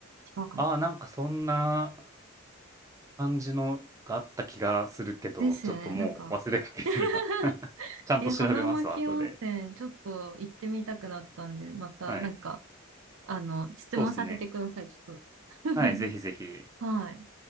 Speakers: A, on the right (about 75°); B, on the right (about 15°).
A: 違うかな。
B: ああ、なんかそんな感じのがあった気がするけど、
A: ですよね。
B: ちょっともう忘れかけてるな。
A: なんか <laughs>
B: <laughs> ちゃんと調べますわ、
A: え、花巻温泉、
B: 後で。
A: ちょっと行ってみたくなったんで、またなんか、
B: はい。
A: あの、質問させてください、
B: そうですね。
A: ちょっと。<laughs>
B: はい、ぜひぜひ。
A: はい。